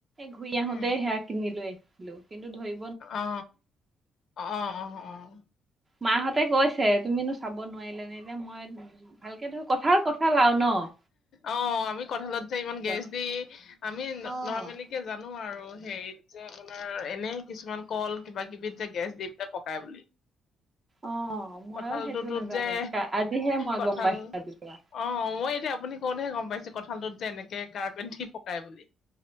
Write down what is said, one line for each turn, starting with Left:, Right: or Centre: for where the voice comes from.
Right: ঘূৰি আহোঁতে
Left: উম
Right: সেয়া কিনিলৈ আহিলোঁ কিন্তু ধৰি
Left: অ, অ, অ অহ।
Right: মাহঁতে কৈছে তুমিনো চাব নোৱাৰিলা নে এতিয়া মই ভালকে ধৰ কথাৰ কথ চালাওঁ নহ।
Left: অ আমি কঠালত যে ইমান গেছ
Right: আৰু
Left: দি আমি
Right: অ
Left: নৰ্মেলি। জানোঁ আৰু হেৰিত যে আপোনাৰ এনেই কিছুমান কল কিবা কিবিত যে গেছ দি পেলাই পকাই বুলি।
Right: অ মইও
Left: কঁঠালটোতোত
Right: সেইটো নাজানোঁ
Left: যে
Right: আজিহে মই
Left: কঁঠাল
Right: গম পাইছোঁ ৰাতিপুৱা।
Left: অ মই এতিয়া আপুনি কওঁতহে গম পাইছোঁ কঁঠালটোত যে এনেকে কাৰপেট দি পকাই বুলি।